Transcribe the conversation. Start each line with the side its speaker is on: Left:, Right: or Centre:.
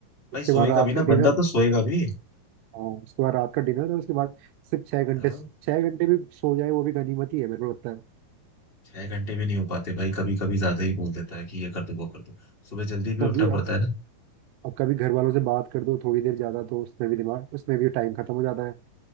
Right: उसके
Left: भाई सोएगा
Right: बाद रात
Left: भी ना
Right: का डिनर
Left: बंदा तो सोएगा भी
Right: हाँ उसके बाद रात का डिनर और उसके बाद सिर्फ छह घंटे
Left: हाँ
Right: छह घंटे भी सो जाए वो भी गनीमत ही है मेरे को लगता है
Left: छह घंटे भी नहीं हो पाते भाई कभी कभी ज्यादा ही बोल देता है कि ये कर दो वो कर दो सुबह जल्दी भी
Right: कभी
Left: उठना पड़ता
Right: अब
Left: है ना
Right: अब कभी घर वालों से बात कर दो थोड़ी देर ज्यादा तो उसमें भी दिमाग उसमें भी टाइम खत्म हो जाता है